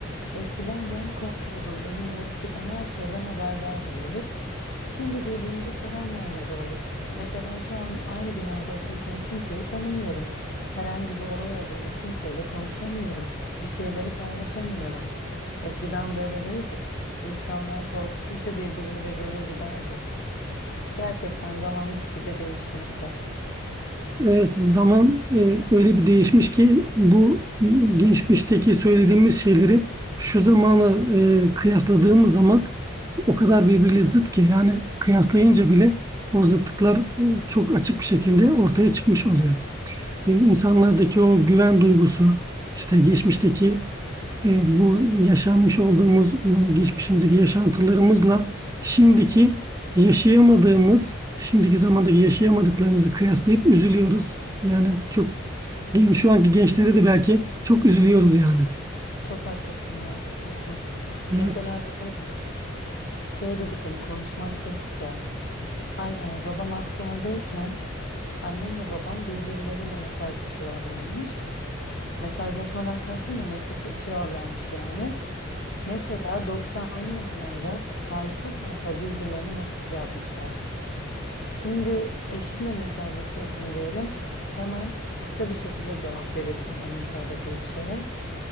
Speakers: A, on the left; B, on the right.
A: Eskiden yan komşumuzun evinde olup biten her şeyden haberdar olurduk. Şimdi birbirimize selam vermez olduk. Mesela şu an aynı binada oturduğum kimseyi tanımıyorum. Herhangi bir olay olduğunda kimseyle konuşamıyorum. Bir şeyleri paylaşamıyorum. Eskiden böyle değildi. İnsanlar korkusuzca birbiriyle gelir giderdi. Gerçekten zaman gitgide değişmekte.
B: Evet, zaman e, öyle bir değişmiş ki bu geçmişteki söylediğimiz şeyleri şu zamanı e, kıyasladığımız zaman o kadar birbiriyle zıt ki yani kıyaslayınca bile o zıtlıklar e, çok açık bir şekilde ortaya çıkmış oluyor. e, insanlardaki o güven duygusu, işte geçmişteki e, bu yaşanmış olduğumuz bu geçmişimizdeki yaşantılarımızla şimdiki yaşayamadığımız, şimdiki zamandaki yaşayamadıklarımızı kıyaslayıp üzülüyoruz. Yani çok şu anki gençlere de belki çok üzülüyoruz yani.
A: Çok haklısın arkadaşım.
B: Evet.
A: Mesela benim şey dedik hani konuşmak dedik ya. An- e, Babam askerdeyken annemle babam birbirleriyle mesajlaşıyorlarmış. Mesajlaşmadan kalsın da mektuplaşıyorlarmış yani. Mesela 90'lı yıllarda sayfa sayfa birbirlerine mektup yazmışlar. Şimdi eşinle mesajlaşıyorsun diyelim. Hemen kısa bir şekilde cevap veriyorsun onun söylediği bir şeye.